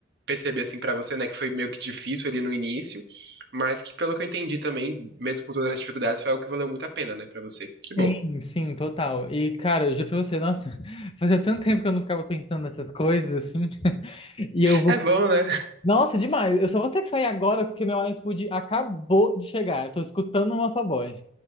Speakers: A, on the right; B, on the left.
A: perceber assim pra você, né, que foi meio que difícil ali no início, mas que pelo que eu entendi também, mesmo com todas as dificuldades, foi algo que valeu muito a pena, né, pra você. Que
B: Sim,
A: bom.
B: sim, total. E, cara, eu juro pra você, nossa, <laughs> fazia tanto tempo que eu não ficava pensando nessas coisas, assim. <laughs> E eu vou.
A: É bom, né?
B: Nossa, demais. Eu só vou ter que sair agora porque meu iFood acabou de chegar. Eu tô escutando o motoboy.